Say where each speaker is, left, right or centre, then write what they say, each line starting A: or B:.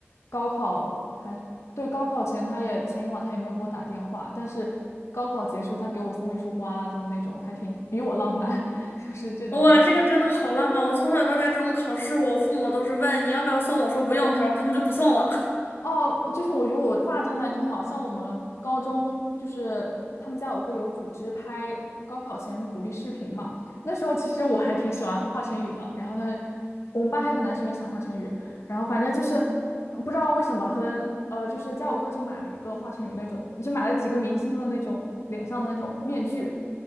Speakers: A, on the left; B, on the left.
A: 高考还对高考前，他也前一晚他也没有给我打电话，但是高考结束他给我送了一束花，就是那种还挺比我浪漫，<laughs> 就是这种
B: 哇，这个真的好浪漫！我从小到大这种考试，我父母都是问你要不要送，我说不用，他说他们就不送了。
A: 哦，就是我觉得我爸真的还挺好，像我们高中就是他们家委会有组织拍高考前鼓励视频嘛，那时候其实我还挺喜欢华晨宇的，然后他我们班还有个男生也喜欢华晨宇，然后反正就是不知道为什么，可能呃，就是家委会就买了一个华晨宇那种，就买了几个明星的那种脸上的那种面具，